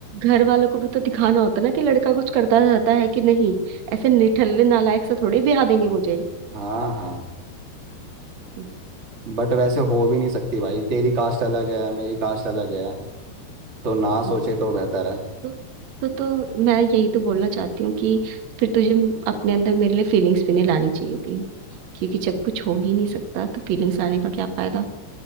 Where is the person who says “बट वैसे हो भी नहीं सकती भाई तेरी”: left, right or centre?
Right